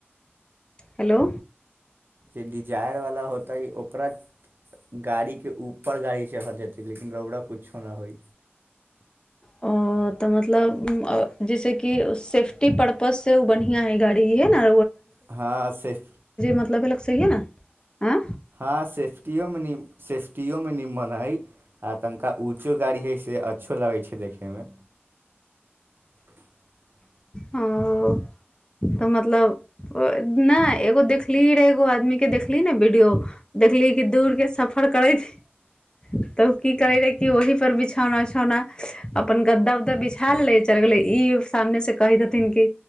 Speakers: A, on the left; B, on the right.
A: हेलो
B: जे डिजायरवला होतै ओकरा गाड़ीके उप ऊपर गाड़ी चढ़ जेतै लेकिन रौड़ कुछो न होय
A: ओ तऽ मतलब जैसेकि सेफ्टी परर्पस से ओ बढ़ियां है गाड़ी है न
B: हँ सेफ
A: मतलब है लग सहहिए न आ
B: हँ सेफ्टियो मे सेफ्टियो मे निम्मन हइ उ तनिका ऊँचो गाड़ी हइ से अच्छो लगै छै देखैमे <inaudible>
A: ह ओ त मतलब नहि एगो देखली रह एगो आदमी के देखली ने वीडियो देखली कि दूर के सफर करै छै तऽ ओ की करे रहे कि ओहि पर बिछौना उछौना अपन गद्दा उद्दा बिछा लै चल गेलै ई सामने से कहि देथिन कि